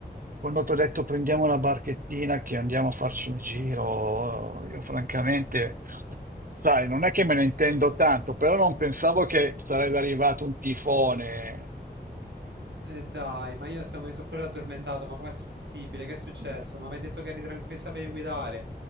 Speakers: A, on the right (about 50°); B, on the right (about 90°).
A: Quando ti ho detto prendiamo una barchettina che andiamo a farci un giro, io francamente, sai, non è che me ne intendo tanto, però non pensavo che sarebbe arrivato un tifone.
B: E dai, ma io sto- mi sono pure addormentato, ma com'è possibile? Che è successo?
A: Eh,
B: Ma mi hai detto che eri tranquillo, sapevi guidare